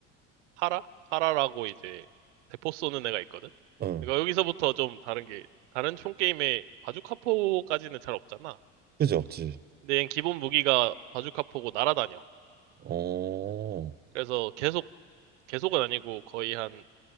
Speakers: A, on the right; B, on the right.
A: 파라? 파라라고 이제 대포 쏘는 애가 있거든.
B: 응.
A: 그러니까 여기서부터 좀 다른 게 다른 총 게임에 바주카포까지는 잘 없잖아.
B: 그지 없지.
A: 근데 얘는 기본 무기가 바주카포고 날아다녀.
B: 어,
A: 그래서 계속 계속은 아니고 거의 한